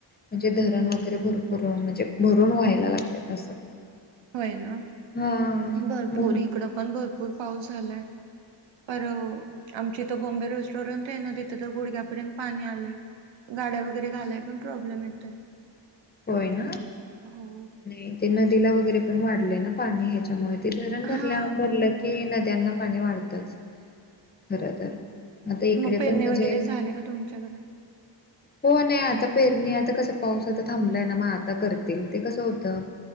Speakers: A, on the left; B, on the right.
A: म्हणजे धरण वगैरे भरपूर म्हणजे भरून व्हायला लागले असं
B: होय ना
A: हा
B: भरपूर
A: मुं
B: इकडं पण भरपूर पाऊस झालाय पर आमची इथं थ बॉम्बे रेस्टॉरंट आहे ना तिथं तर गुडघ्यापर्यंत पाणी आलंय. गाड्या वगैरे घालाय पण प्रॉब्लेम येतोय
A: होय ना
B: हो.
A: नाही ते नदीला वगैरे पण वाढले ना पाणी ह्याच्यामुळे धरण भरल्या
B: हा
A: भरलं की नद्यांना पाणी वाढतंच. खर तर आता इकडे
B: मग पेरणी
A: पण म्हजे.
B: वगैरे झाले का तुमच्याकडं?
A: हो नाही आता पेरणी आता कसं पाऊस आता थांबलाय ना मग आता करतील ते कसं होतं